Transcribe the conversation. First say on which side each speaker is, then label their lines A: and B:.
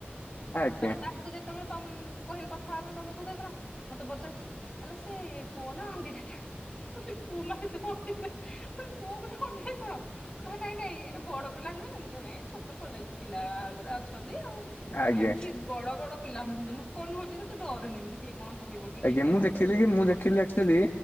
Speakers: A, on the left; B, on the left.
A: ଆଜ୍ଞା
B: ତାପରେ ତା ତାକୁ ଯେତେବେଳେ ତମ୍ କହିବି କଥା ହେବା ପାଇଁ ତମ ସହିତ କଣ ମତେ ପଚାଛି ଆଲୋ ସେ ପୁଅ ନା ଅଣ୍ଡିରାଟା? ମୁଁ କହିଲି ପୁଅ ମାନେ ତ ଅଣ୍ଡିରା। ମୁଁ କହିଲି ପୁଅ କଣ ଅଣ୍ଡିରା କଣ? କହିଲା ନାଇଁ ନାଇଁ ଏଇଟା ବଡ ପିଲା ନାଇଁ? ମୁଁ କହିଲି ନାଇଁ ଛୋଟ କଲେଜ ପିଲା ଗୁଡା ଅଛନ୍ତି ଆଉ
A: ଆଜ୍ଞା
B: ଏମିତି ବଡ ବଡ ପିଲା ନୁହଁନ୍ତି ଲୋକ ନୁହଁନ୍ତି ଯେ ତୁ ଡରେନି ଏମିତି କି କଣ କହିବ କି। କିଏ
A: ଆଜ୍ଞା
B: କଣ
A: ମୁଁ
B: ଭାବିବ
A: ଦେଖିଲି
B: ତତେ।
A: କି ମୁଁ ଦେଖିଲି ଆ ଚ୍ୟେଲି